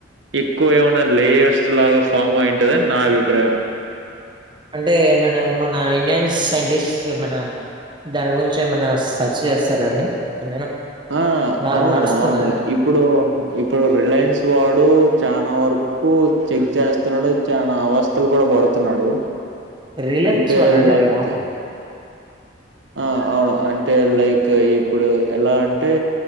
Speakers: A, on the right; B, on the right.
A: ఎక్కువ ఏమన్న లేయర్స్ లాగా ఫామ్ అయింటదని నా అభిప్రాయం
B: అంటే ఏమైనా మన ఇండియన్ సైంటిస్ట్ ఏమైనా దాని గురించి ఏమైనా స ర్చ్ చేస్తారాండి ఏమేనా
A: ఆ
B: న
A: అవును
B: నడుస్తుందా
A: అవును
B: అండి
A: ఇప్పుడు ఇప్పుడు రిలయన్స్ వాడు చానా వరకు కు చెక్ చేస్తన్నాడు చానా అవస్థలు కూడా పడుతున్నాడు
B: రిలయన్స్
A: అంటే
B: వాళ్ళ అండి
A: లైక్
B: వామ్మో
A: ఆ అవును అంటే లైక్ ఇప్పుడు ఎలా అంటే